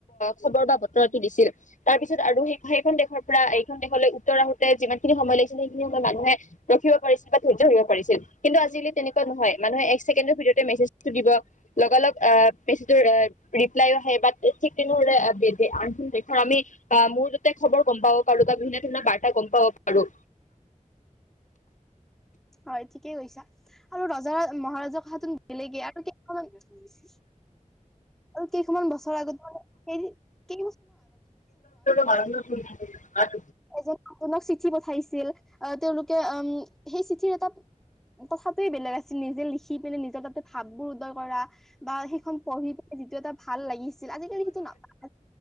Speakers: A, on the left; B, in the centre.
A: খবৰ বা বতৰাটো দিছিল। তাৰ পিছত আৰু সেই সেইখন দেশৰ পৰা এইখন দেশলৈ উত্তৰ আহোতে যিমান খিনি সময় লাগিছিল সেইখিনি সময়ত মানুহে ৰখিব পাৰিছিল বা ধৈৰ্য ধৰিব পাৰিছিল। কিন্তু আজিকালি তেনেকুৱা নহয়। মানুহে এক ছেকেণ্ডৰ ভিতৰতে মেজটো দিব লগালগ আহ পেচটোৰ ৰিপ্লাই আহে বা ঠিক তেনেৰে আনেশৰ আমি আহ মূৰ ততে খবৰ গম পাব পাৰো বা বিভিন্ন ধৰণৰ বাৰ্তা গম পাব পাৰো।
B: হয় ঠিকেই কৈছা। আৰু ৰজা মহাৰাজৰ ক হাতত গেলেগে আৰু কেই আৰু কেইখনমান বছৰ আগতোন সেই <unintelligible> কি
A: মান <unintelligible>
B: যে নতুনক চিঠি পঠাইছিল। তেওঁলোকে উম সেই চিঠিৰ এটা কথাটোয়ে বেলেগ আছিল নিজে লিখি পিনে নিজৰ তাতে ভাব বোৰ উদয় কৰা, বা সেইখন পঢ়ি পিনে যিটো এটা ভাল লাগিছিল আজিকালি সিটো নাপায়।